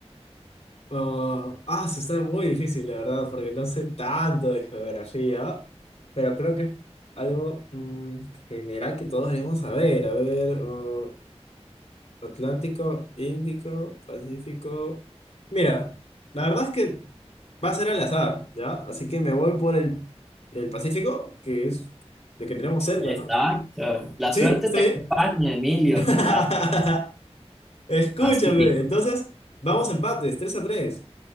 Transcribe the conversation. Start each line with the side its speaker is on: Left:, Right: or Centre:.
Left: Oh, ah, eso está muy difícil, la verdad, porque no sé tanto de geografía, pero creo que es algo mm, general que todos debemos saber. A ver, oh, Atlántico, Índico, Pacífico. Mira, la verdad es que va a ser al azar, ¿ya? Así que me voy por el, el Pacífico, que es el que tenemos cerca,
Centre: Exacto.
Left: ¿no?
Centre: La
Left: ¿Sí?
Centre: suerte
Left: ¿Está
Centre: te
Left: bien?
Centre: acompaña, Emilio.
Left: <laughs>
Centre: Así es.
Left: Escúchame.
Centre: Pacífico.
Left: Entonces, vamos a empates, 3 a 3.